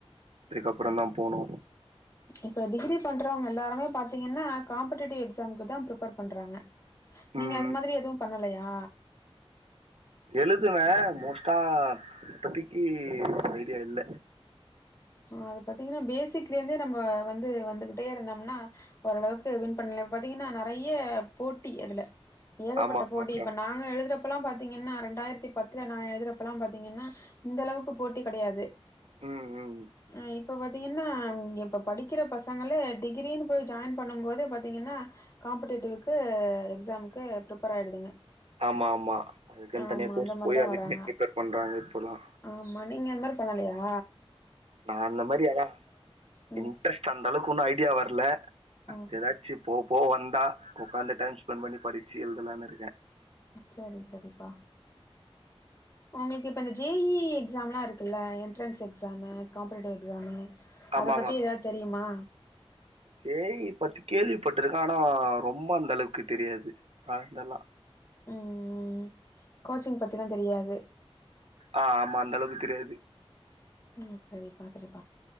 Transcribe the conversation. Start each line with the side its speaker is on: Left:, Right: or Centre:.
Right: துக்கப்புற தா போனு
Left: இப்ப டிகிரி பண்றவங்க எல்லாருமே பாத்தீங்கன்னா காம்படேட்டிவ் எக்ஸாம்க்கு தா பிரிப்பேர் பண்றாங்க
Right: ம்
Left: நீங்க அது மாதிரி எதுவு பண்ணலையா
Right: எழுதுவே மோஸ்டா இப்பத்திக்கி ஐடியா இல்ல
Left: அத பாத்தீங்கன்னா பேசிக்லேருந்தே நம்ம வந்து வந்துகிட்டே இருந்தோம்னா ஓரளவுக்கு வின் பண்ணல பாத்தீங்கன்னா நெறய போட்டி அதுல ஏகப்பட்ட
Right: ஆமா ஆமாக்கா
Left: போட்டி இப்ப நா நா எழுதுறப்பெல்லா பாத்தீங்கன்னா ரெண்டாயிரத்தி பத்துல நா எழுதுறப்பெல்லா பாத்தீங்கன்னா இந்த அளவுக்கு போட்டி கிடையாது
Right: ம் ம்
Left: ஹ இப்ப பாத்தீங்கன்னா இப்ப படிக்கிற பசங்களே டிகிரின்னு போய் ஜாயின் பண்ணும் போதே பாத்தீங்கன்னா காம்படேட்டிவ்கு எக்ஸாம்க்கு ப்ரிபேர் ஆயிடுதுங்க
Right: ஆமா ஆமா அதுக்குன்
Left: ஆமா
Right: தனியா கோர்ஸ்
Left: அந்த மாரிதா
Right: போய் அதுக்குனு
Left: வராங்க
Right: பிரிப்பேர் பண்றாங்க இப்பல்லா
Left: ஆமா நீங்க அந்மாரி பண்ணலயா
Right: நா அந்த மாரி யாரா
Left: ம்
Right: இன்ட்ரெஸ்ட் அந்தளவுக் ஒன்னு ஐடியா வர்ல அப்டி
Left: ம்
Right: எதாச்சு போ போ வந்தா உக்காந்து டைம் ஸ்பென்ட் பண்ணி படிச்சு எழுதலானுருக்கே
Left: சரி சரிப்பா
Right: <inaudible>
Left: ஒங்களுக்கு இப்ப இந்த ஜேஇ எக்ஸாம்லா இருக்குல்ல என்ட்ரன்ஸ் எக்ஸாமு காம்படேட்டிவ் எக்ஸாமு
Right: ஆமா
Left: அத பத்தி ஏதாவது தெரியுமா
Right: ஜேஇ பத்தி கேள்விப்பட்டிருக்கே ஆனா ரொம்ப அந்த அளவுக்கு தெரியாது அ இதேல்லா
Left: ம் ம் கோச்சிங் பத்திலா தெரியாது
Right: ஆ ஆமா அந்தளவுக் தெரியாது
Left: ம் செரிப்பா செரிப்பா